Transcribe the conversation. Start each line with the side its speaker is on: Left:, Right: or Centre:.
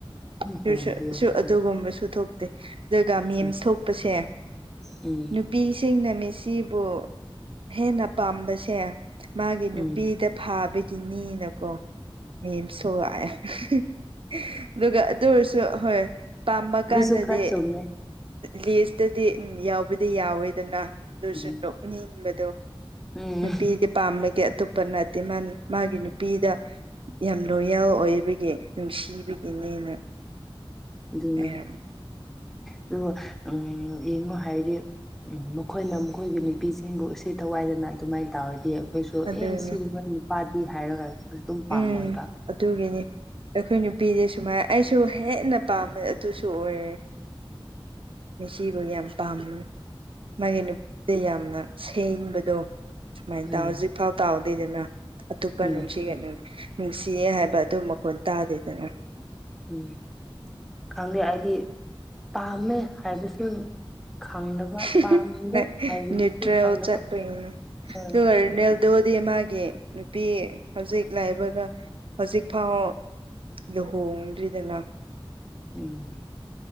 Right: ꯑꯗꯨꯁꯨ
Centre: ꯍꯣꯡꯗꯦ
Right: ꯁꯨ
Centre: ꯃꯈꯣꯏꯗꯣ
Right: ꯑꯗꯨꯒꯨꯝꯕꯁꯨ ꯊꯣꯛ <unintelligible> ꯑꯗꯨꯒ ꯃꯤꯝꯁ
Centre: ꯎꯝ
Right: ꯊꯣꯛꯄꯁꯦ
Centre: ꯎꯝ
Right: ꯅꯨꯄꯤꯁꯤꯡꯅ ꯃꯤ ꯃꯦꯁꯤꯕꯨ ꯍꯦꯟꯅ ꯄꯥꯝꯕꯁꯦ ꯃꯥꯒꯤ
Centre: ꯎꯝ
Right: ꯅꯨꯄꯤꯗ ꯐꯥꯕ ꯀꯤꯅꯤꯅꯀꯣ ꯃꯤꯝꯁ ꯊꯣꯛꯂꯛꯑꯦ <unintelligible> ꯑꯗꯨꯒ ꯑꯗꯨ ꯑꯣꯏꯔꯁꯨ ꯍꯣꯏ ꯄꯥꯝꯕ
Centre: ꯑꯗꯨꯁꯨ
Right: ꯀꯥꯟꯗꯗꯤ
Centre: ꯈꯔ ꯆꯨꯝꯃꯦ
Right: ꯂꯤꯁꯇꯗꯤ ꯎꯝ ꯌꯥꯎꯕꯗꯤ ꯌꯥꯎꯋꯦꯗꯅ ꯑꯗꯨꯁꯨ
Centre: ꯎꯝ
Right: ꯅꯣꯛꯅꯤꯡꯕꯗꯣ
Centre: ꯎꯝ
Right: ꯅꯨꯄꯤꯗꯤ ꯄꯥꯝꯃ ꯑꯇꯣꯞꯄ ꯅꯠꯇꯦ ꯃꯥ ꯃꯥꯒꯤ ꯅꯨꯄꯤꯗ ꯌꯥꯝ ꯂꯣꯌꯦꯜ ꯑꯣꯏꯕꯒꯤ <unintelligible> ꯅꯨꯡꯁꯤꯕꯒꯤꯅꯦꯅ
Centre: ꯑꯗꯨ <unintelligible>
Right: ꯍꯥꯏꯔꯝꯃꯦ
Centre: ꯑꯗꯨꯒ ꯎꯝ ꯌꯦꯡꯉꯣ ꯍꯥꯏꯗꯤ ꯃꯈꯣꯏꯅ ꯃꯈꯣꯏꯒꯤ ꯅꯨꯄꯤꯁꯤꯡꯕꯨ ꯎꯁꯤꯠ ꯊꯧ ꯊꯋꯥꯏꯗꯅ ꯑꯗꯨꯃꯥꯏꯅ ꯇꯧꯔꯗꯤ ꯑꯩꯈꯣꯏꯁꯨ
Right: ꯑꯗꯨꯅꯦ
Centre: ꯑꯦ ꯁꯤꯒꯨꯝꯕ ꯅꯨꯄꯥꯥꯗꯤ ꯍꯥꯏꯔꯒ ꯑꯗꯨꯝ ꯄꯥꯝꯃꯣꯏꯕ
Right: ꯎꯝ ꯑꯗꯨꯒꯤꯅꯤ ꯑꯩꯈꯣꯏ ꯅꯨꯄꯤꯗꯤ ꯁꯨꯃꯥꯏ ꯑꯩꯁꯨ ꯍꯦꯟꯅ ꯄꯥꯝꯃꯦ ꯑꯗꯨꯁꯨ ꯑꯣꯏꯔꯦ ꯃꯦꯁꯤꯕꯨ ꯌꯥꯝ ꯄꯥꯝꯕꯅꯦ ꯃꯥꯒꯤ ꯅꯨꯄꯤ ꯌꯥꯝꯅ ꯁꯦꯡꯕꯗꯣ ꯁꯨꯃꯥꯏꯅ
Centre: ꯎꯝ
Right: ꯇꯥ ꯍꯧꯖꯤꯛꯐꯥꯎ ꯇꯥꯎ ꯂꯩꯗꯅ ꯑꯇꯣꯞꯄ
Centre: ꯎꯝ
Right: ꯅꯨꯡꯁꯤꯒꯅꯤ ꯅꯨꯡꯁꯤꯌꯦ ꯍꯥꯏꯕ ꯑꯗꯨ ꯃꯈꯣꯟ ꯇꯥꯗꯦꯗꯅ
Centre: ꯎꯝ ꯈꯪꯗꯦ ꯑꯩꯗꯤ ꯄꯥꯝꯃꯦ ꯍꯥꯏꯕꯁꯨ ꯈꯪꯗꯕ
Right: <unintelligible>
Centre: ꯄꯥꯝꯗꯦ ꯍꯥꯏꯕꯁꯨ
Right: ꯅ꯭ꯌꯨꯇ꯭ꯔꯦꯜ
Centre: ꯈꯪꯗꯕ
Right: ꯆꯠꯄꯩꯅꯦ
Centre: ꯍꯣꯏ
Right: ꯗꯨꯒ ꯔꯅꯦꯜ ꯑꯗꯨꯗꯤ ꯃꯥꯒꯤ ꯅꯨꯄꯤ ꯍꯧꯖꯤꯛ ꯂꯥꯢꯕꯒ ꯍꯧꯖꯤꯛ ꯐꯥꯎ ꯂꯨꯍꯣꯡꯗ꯭ꯔꯤꯗꯅ
Centre: ꯎꯝ